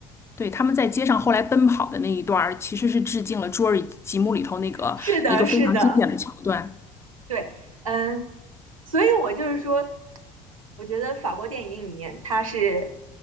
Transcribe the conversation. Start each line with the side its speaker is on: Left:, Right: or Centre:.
Left: 对，他们在街上后来奔跑的那一段儿其实是致敬了《侏尔纪》节目里头那个一个非常经典的桥段。
Right: 是的，是的。对，嗯，所以我就是说，我觉得法国电影里面，它是